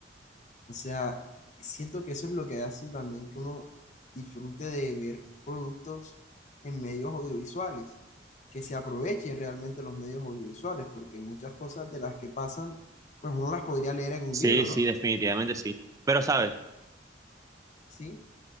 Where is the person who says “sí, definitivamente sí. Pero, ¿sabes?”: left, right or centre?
Right